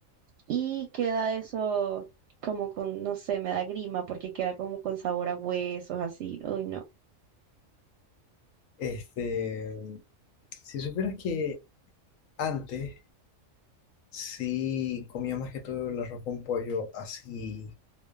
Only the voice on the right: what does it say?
y queda eso como con, no sé, me da grima porque queda como con sabor a huesos, así. Uy, no.